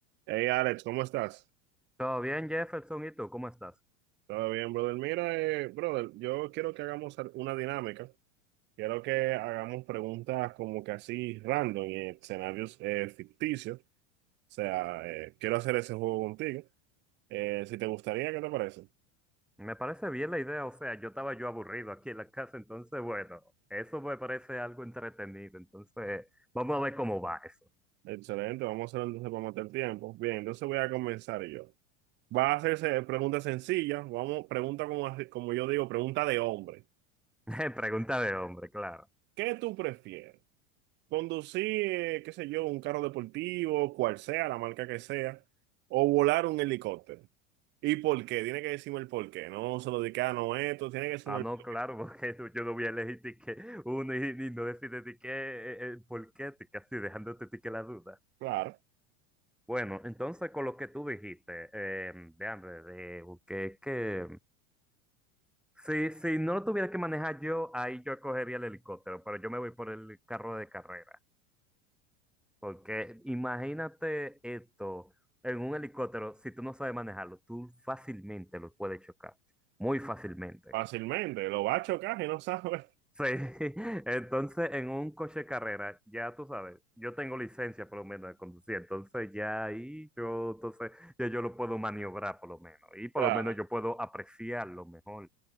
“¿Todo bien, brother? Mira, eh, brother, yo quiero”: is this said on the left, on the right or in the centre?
Right